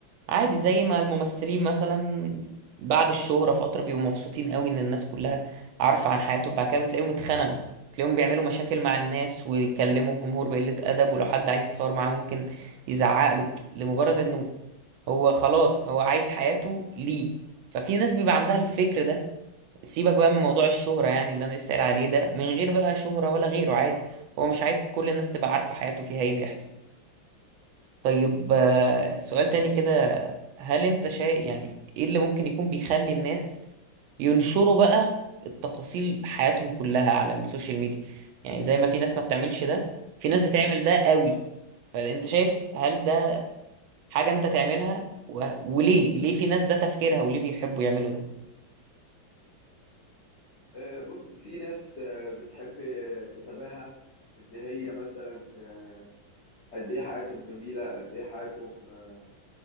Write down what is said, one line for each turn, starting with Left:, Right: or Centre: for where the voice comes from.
Right: عادي زي ما الممثلين مثلا بعد الشهرة فترة بيبقوا مبسوطين قوي ان الناس كلها عارفة عن حياتهم بعد كده بتلاقيهم اتخنقوا تلاقيهم بيعملوا مشاكل مع الناس ويكلموا الجمهور بقلة أدب ولو حد عايز يتصور معاه ممكن يزعق له لمجرد انه هو خلاص هو عايز حياته ليه ففي ناس بيبقى عندها الفكر ده سيبك بقى من موضوع الشهرة يعني اللي أنا لسه قايل عليه ده من غير بقى شهرة ولا غيره عادي هو مش عايز كل الناس تبقى عارفة حياته فيها إيه بيحصل طيب آه، سؤال تاني كده هل أنت شايف يعني إيه اللي ممكن يكون بيخلي الناس ينشروا بقى التفاصيل حياتهم كلها على السوشيال ميديا يعني زي ما في ناس ما بتعملش ده في ناس بتعمل ده قوي فأنت شايف هل ده حاجة أنت تعملها و... وليه ليه في ناس ده تفكيرها وليه بيحبوا يعملوا ده
Left: آه، بص في ناس آه، بتحب تتباهى بان هي مثلا آه، قد ايه حياتهم جميلة قد ايه حياتهم آه،